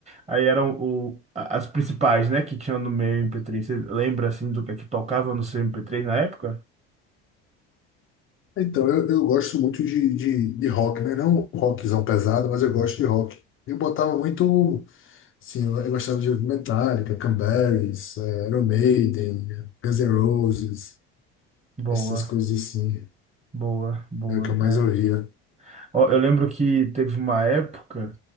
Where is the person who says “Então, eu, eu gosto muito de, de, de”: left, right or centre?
Left